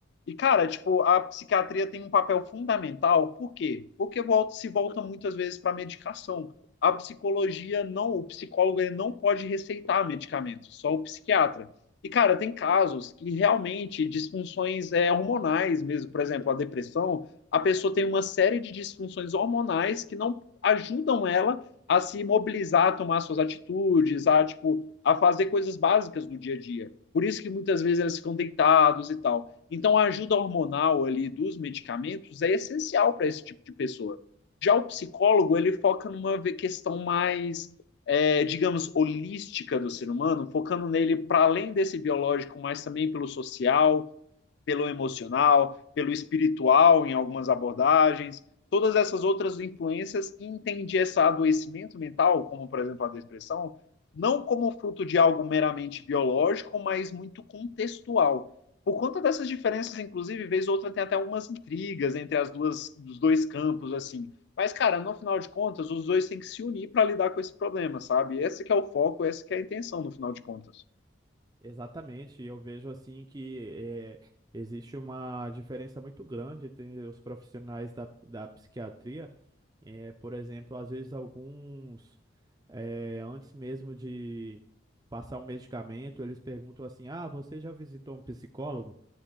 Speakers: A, on the left (about 55°); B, on the right (about 20°).
A: E, cara, tipo, a psiquiatria tem um papel fundamental, por quê? Porque volta, se volta muitas vezes para medicação a psicologia não, o psicólogo ele não pode receitar medicamentos, só o psiquiatra. E, cara, tem casos que realmente disfunções é, hormonais mesmo, por exemplo, a depressão, a pessoa tem uma série de disfunções hormonais que não ajudam ela a se mobilizar, a tomar suas atitudes, a, tipo, a fazer coisas básicas do dia a dia. Por isso que muitas vezes elas ficam deitados e tal. Então, a ajuda hormonal ali dos medicamentos é essencial para esse tipo de pessoa. Já o psicólogo, ele foca numa questão mais, é, digamos, holística do ser humano, focando nele para além desse biológico, mas também pelo social, pelo emocional, pelo espiritual em algumas abordagens, todas essas outras influências e entendi esse adoecimento mental, como por exemplo a depressão, não como fruto de algo meramente biológico, mas muito contextual. Por conta dessas diferenças, inclusive, vez ou outra tem até umas intrigas entre as duas, os dois campos, assim. Mas, cara, no final de contas, os dois têm que se unir para lidar com esse problema, sabe? Esse que é o foco, essa que é a intenção, no final de contas.
B: Exatamente. Eu vejo assim que é, existe uma diferença muito grande entre os profissionais da, da psiquiatria É, por exemplo, às vezes alguns, é, antes mesmo de passar o medicamento, eles perguntam assim: Ah, você já visitou um psicólogo?